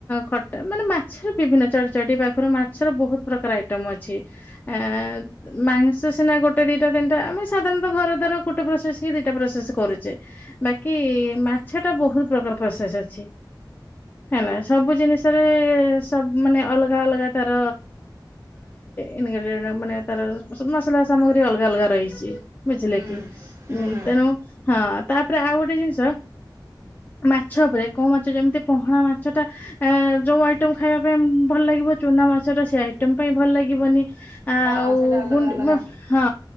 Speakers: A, on the left; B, on the right.
A: ଖଟା? ମାନେ ମାଛର ବିଭିନ୍ନ ଚଢଚଢଟି ପାଖରୁ ମାଛର ବହୁତ ପ୍ରକାର ଆଇଟମ ଅଛି ଆ? ମାଂସ ସିନା ଗୋଟେ ଦିଟା ତିନିଟାମେ ସାଧାରଣତଃ ଘର ଦ୍ରା ଗୋଟେ ପ୍ରୋସେସ କି ଦିଟା ପ୍ରସେସ କରୁଛେ ବାକି ମାଛ ଟା ବହୁତ ପ୍ରକାର ପ୍ରସେସ ଅଛି? ହେଲା ସବୁଜିସ ରେ ମାନ ସବୁ ଅଲଗା ଅଲଗା ତାର ଏନେ ଗେଡେ ମାନେ? ତାର ମସଲା ସାମଗ୍ରୀ ଅଲଗା ଅଲଗା ରହିଛି ବୁଝିଲେ
B: ହୁଁ
A: କି
B: ହୁଁ
A: ଉଁ ତେଣୁ ହଁ ତାପରେ ଆଉ ଗୋଟେ ଜିନିଷ ମାଛ ଉପରେ କଉ ମାଛ ଯେମିତି ପହଣା ମାଛ ଟା ଯୋଉ ଆଇଟମ ଖାଇବା ପାଇଁ ଭଲ ଲାଗେ? ଚୁନା ମାଛ ର ସେ ଆଇଟମ ପାଇଁ ଭଲ ଲାଗିବନି।
B: ହଁ
A: ଆଉ
B: ସେଇଟା ଅଲଗା
A: ଗୁଣ୍ଡି
B: ଅଲଗା
A: ହ